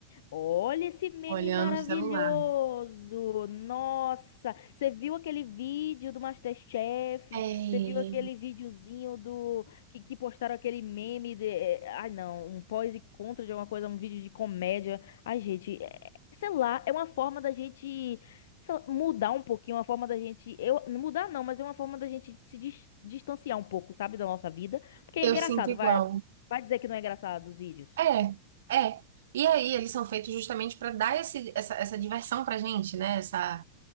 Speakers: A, on the left; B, on the right.
A: Olha esse meme
B: Olhando
A: maravilhoso!
B: o celular.
A: Nossa, você viu aquele vídeo do MasterChef?
B: É,
A: Você viu aquele videozinho do que, que postaram aquele meme de, eh, ai não, um pós e contra de alguma coisa, um vídeo de comédia. Ai, gente, eh, sei lá, é uma forma da gente só Mudar um pouquinho a forma da gente. Eu, mudar não, mas é uma forma da gente se dis- distanciar um pouco, sabe, da nossa vida. Porque
B: eu
A: é engraçado,
B: sinto igual.
A: vai, vai dizer que não é engraçado os vídeos.
B: É, é. E aí, eles são feitos justamente para dar esse, essa, essa diversão pra gente, né? Essa